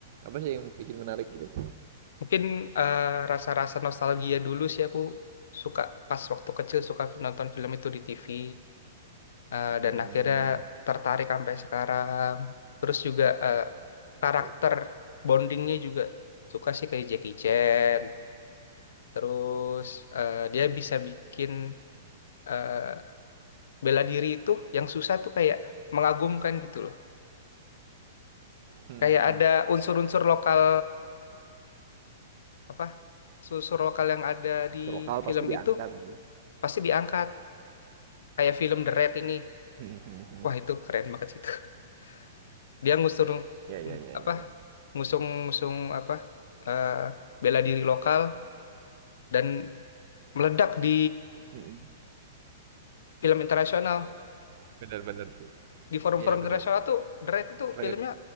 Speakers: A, on the right; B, on the left.
A: Apa sih yang bikin menarik gitu?
B: Mungkin eh, rasa-rasa nostalgia dulu sih aku suka pas waktu kecil suka nonton film itu di TV eh,
A: Hmm,
B: dan akhirnya tertarik sampai sekarang. Terus juga eh, karakter
A: ya.
B: bondingnya juga suka sih kayak Jackie Chan. Terus eh, dia bisa bikin eh, bela diri itu yang susah tuh kayak mengagumkan gitu loh.
A: Hmm,
B: Kayak
A: hmm.
B: ada unsur-unsur lokal apa? Unsur lokal yang ada di
A: So, lokal
B: film
A: pasti diangkat.
B: itu
A: ya.
B: pasti diangkat kayak film The Raid ini
A: Hmm, hmm, hmm.
B: wah itu keren banget sih itu <laughs> dia ngusung
A: Ya ya ya ya
B: apa
A: ya.
B: ngusung ngusung apa eh, bela diri lokal dan meledak di
A: Hmm, hmm.
B: film internasional
A: Benar-benar sih.
B: di forum-forum
A: Iya benar.
B: internasional tuh The Raid itu
A: Keren.
B: filmnya